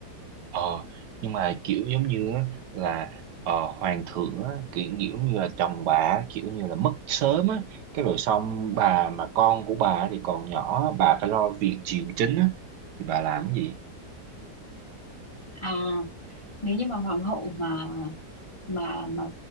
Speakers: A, on the right; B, on the left.
A: ờ nhưng mà kiểu giống như á, là ờ, hoàng thượng á, kiểu kiểu như là chồng bà á, kiểu như là mất sớm á cái rồi xong bà mà con của bà thì còn nhỏ bà phải lo việc triều chính á thì bà làm gì
B: à nếu như mà hoàng hậu mà mà mà